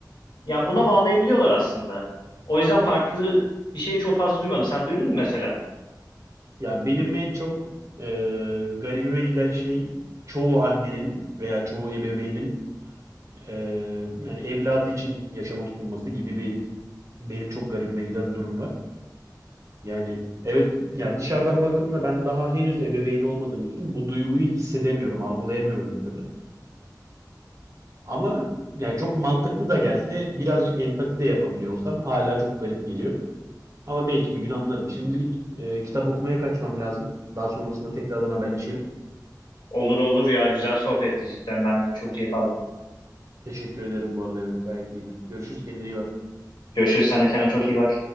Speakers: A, on the left (about 85°); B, on the right (about 45°).
A: yani buna bağlayabiliyorlar aslında. O yüzden farklı bir şey çok fazla duymadım. Sen duydun mu mesela?
B: Ya benim en çok e, garibime giden şey çoğu annenin veya çoğu ebeveynin e, yani evladı için yaşama tutunması gibi bir benim çok garibime giden durum var. Yani evet ya dışarıdan bakıldığında ben daha henüz ebeveyn olmadığım için bu duyguyu hissedemiyorum, algılayamıyorum bir türlü. Ama yani çok mantıklı da gelse birazcık empati de yapabiliyor olsam hala çok garip geliyor. Ama belki bir gün anlarım. Şimdilik e, kitap okumaya kaçmam lazım. Daha sonrasında tekrardan haberleşelim.
A: Olur olur ya güzel sohbetti cidden. Ben de çok keyif aldım.
B: Teşekkür ederim bu arada evet gayet iyiydi. Görüşürüz kendine iyi bak.
A: Görüşürüz. Sen de kendine çok iyi bak.